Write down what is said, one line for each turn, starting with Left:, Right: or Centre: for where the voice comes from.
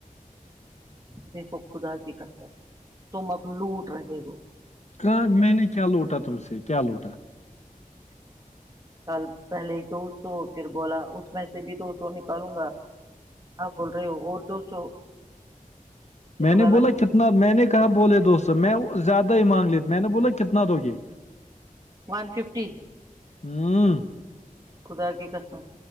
Right: دیکھو خدا کی قسم تم اب لوٹ رہے ہو
Left: کیا میں نے کیا لوٹا تم سے کیا لوٹا <inaudible>
Right: کل پہلے دو سو پھر بولا اس میں سے بھی دو سو نکالوں گا اب بول رہے ہو اور دو سو یہ
Left: میں
Right: تو
Left: نے
Right: غلط
Left: بولا
Right: ہے،
Left: کتنا میں نے کہاں بولے دو سو میں زیادہ ہی مانگ لی میں نے بولا کتنا دو گے
Right: ون ففٹی
Left: ہوں
Right: خدا کے قسم